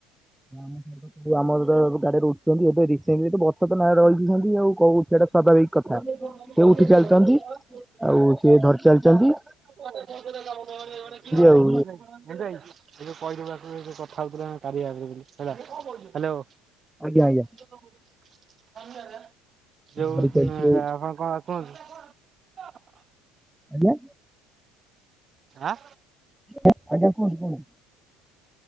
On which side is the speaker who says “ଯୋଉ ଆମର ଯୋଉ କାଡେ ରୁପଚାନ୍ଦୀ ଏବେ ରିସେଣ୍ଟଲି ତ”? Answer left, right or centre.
Centre